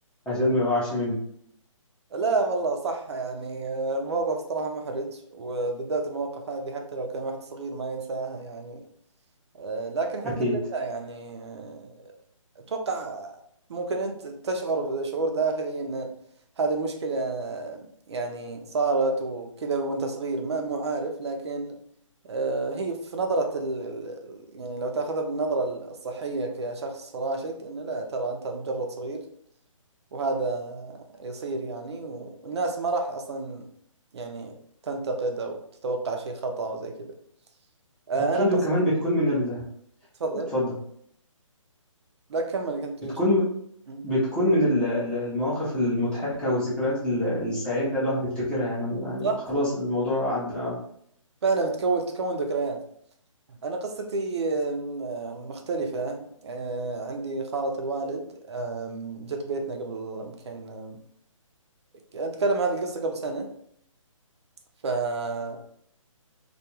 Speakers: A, in the centre; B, on the right.
A: عشان ما يقعش مني
B: لا والله صح يعني آه، الموقف صراحة محرج وبالذات المواقف هذه حتى لو كان واحد صغير ما ينساها يعني آه، لكن الحمد
A: أكيد
B: لله يعني آه، أتوقع ممكن أنت تشعر شعور داخلي أن هذه المشكلة آه، يعني صارت وكذا وأنت صغير ما مو عارف لكن آه، هي في نظرة ال... ال- يعني لو تاخذها بالنظرة الصحية كشخص راشد أنه لا ترى أنت مجرد صغير وهذا يصير يعني والناس ما راح أصلا يعني تنتقد أو تتوقع شيء خطأ أو زي كذا آه،
A: أكيد
B: أنا قصة
A: وكمان بتكون من ال
B: تفضل
A: اتفضل
B: لا كمل كنت تقول
A: بتكون
B: شيء مم.
A: بتكون من ال- ال- المواقف المضحكة والذكريات ال- السعيدة الواحد بيفتكرها يعني يعني
B: صح
A: خلاص
B: صح
A: الموضوع عدى آه،
B: فعلا بتكون تكون ذكريات أنا قصتي أم، أم، مختلفة أه، عندي خالة الوالد أم، جت بيتنا قبل يمكن أم، أتكلم هذه القصة قبل سنة ف آه،